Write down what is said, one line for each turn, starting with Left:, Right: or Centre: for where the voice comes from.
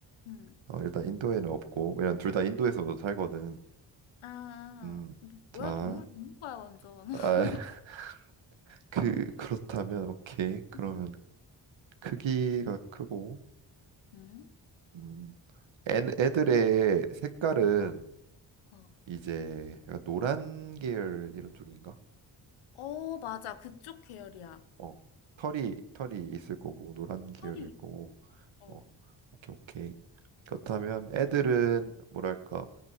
Left: 응.
Right: 어, 일단 인도에는 없고, 왜냐면 둘 다 인도에서도 살거든.
Left: 아,
Right: 음,
Left: 너
Right: 자,
Left: 뭐야, 동물 전문가야, 완전. <laughs>
Right: 아, <laughs> 그, 그렇다면, 오케이. 그러면
Left: 응.
Right: 크기가 크고,
Left: 응?
Right: 음, 애, 애들의 색깔은
Left: 어, 어.
Right: 이제 약간 노란 계열 이런 쪽인가?
Left: 어, 맞아. 그쪽 계열이야.
Right: 어, 털이 털이 있을 거고 노란 계열일
Left: 털이 있고.
Right: 거고.
Left: 어.
Right: 어, 오케이 오케이. 그렇다면 애들은 뭐랄까